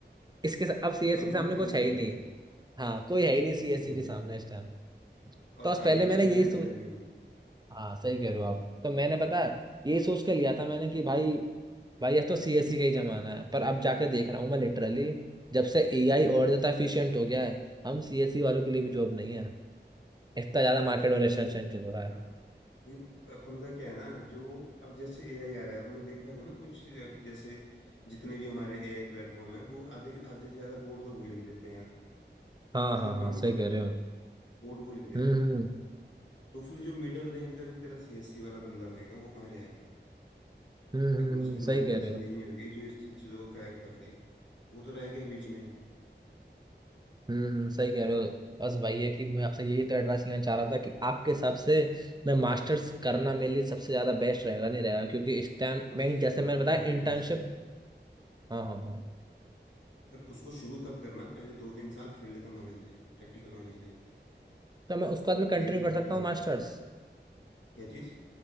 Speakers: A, on the right (about 20°); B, on the left (about 85°).
A: इसके सा- अब सीएससी
B: अभी
A: के सामने
B: के
A: कुछ
B: टाइम में
A: है
B: नहीं
A: ही नहीं
B: है
A: हाँ कोई है ही नहीं सीएससी
B: अभी नहीं
A: के सामने
B: है
A: इस टाइम तो
B: और
A: बस
B: आगे
A: पहले
B: आने
A: मैंने
B: वाले
A: यही
B: टाइम
A: सोच
B: में भी नहीं होगा
A: हाँ सही कह रहे हो आप तो मैंने पता है यही सोच के लिया था मैंने कि भाई भाई अब तो सीएससी का ही जमाना है पर अब जाकर देख रहा हूँ मैं लिटरली जब से एआई और ज्यादा एफिशिएंट हो गया है हम सीएससी वालों के लिए भी जॉब नहीं है इतना ज्यादा
B: मैं
A: मार्केट
B: तभी
A: और रेशन
B: तुझे
A: चल रहा है
B: हाँ ये पंगा क्या है ना जो अब जैसे एआई आ रहा है तूने देखा होगा ना कुछ अ, जैसे जितने भी हमारे एआई प्लेटफॉर्म है वो आधे आधे से ज्यादा कोड तो वही लिख देते हैं यार
A: हाँ
B: खाली
A: हाँ हाँ
B: प्रॉम्प्ट
A: सही
B: देना
A: कह रहे
B: है
A: हो
B: कोड वो लिख दे
A: हम्म
B: रहा है
A: हम्म
B: तो फिर जो मिडिल रेंज का जो तेरा सीएससी वाला बंदा होएगा वो कहाँ जाएगा
A: हम्म हम्म,
B: अगर
A: हम्म,
B: उसकी नॉलेज
A: सही कह
B: वैसी
A: रहे हो
B: नहीं होगी जो इस चीज़- चीज़ों को क्रैक कर ले वो तो रह गया बीच में ही
A: हम्म हम्म, सही कह रहे हो बस वही है कि मैं आपसे यही तो एडवाइस लेना चाह रहा था कि आपके हिसाब से मैं मास्टर्स करना मेरे लिए सबसे ज्यादा बेस्ट रहेगा नहीं रहेगा क्योंकि इस टाइम
B: मास्टर्स
A: मैं जैसे
B: करना
A: मैंने बताया
B: बहुत ही
A: इंटर्नशिप
B: बेस्ट है
A: हाँ हाँ हाँ
B: पर उसको शुरू तब करना पहले दो तीन साल फील्ड का नॉलेज ले प्रैक्टिकल नॉलेज ले लिया
A: तो मैं उसके बाद मैं कंटिन्यू
B: मेरी तरफ
A: कर
B: को
A: सकता
B: यही
A: हूँ
B: गाइडेंस
A: मास्टर्स
B: दी क्या चीज़